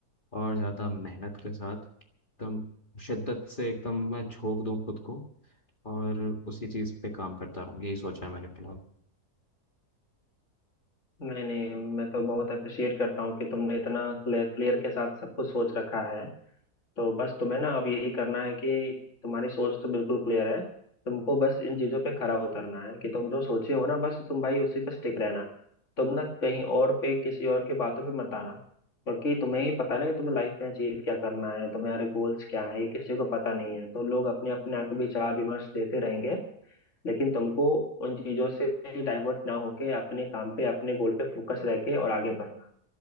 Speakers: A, on the left (about 30°); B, on the left (about 50°).
A: और ज़्यादा मेहनत के साथ एकदम शिद्दत से एकदम मैं झोंक दूँ खुद को और उसी चीज़ पे काम करता रहूँ यही सोचा है मैंने फिलहाल
B: नहीं नहीं मैं तो बहुत अप्रिशिएट करता हूँ कि तुमने इतना क्लियर के साथ सब कुछ सोच रखा है तो बस तुम्हें ना अब यही करना है कि तुम्हारी सोच तो बिल्कुल क्लियर है तुमको बस इन चीजों पे खरा उतरना है कि तुम जो सोचे हो ना बस तुम भाई उसी पे स्टिक रहना तुम ना कहीं और पे किसी और की बातों पे मत आना क्योंकि तुम्हें ही पता ना कि तुम्हें लाइफ में अचीव क्या करना है तुम्हारे गोल्स क्या है ये किसी को पता नहीं है तो लोग अपने अपने आके विचार विमर्श देते रहेंगे लेकिन तुमको उन चीजों से डाइवर्ट ना होके अपने काम पे अपने गोल पे फोकस रह के और आगे बढ़ना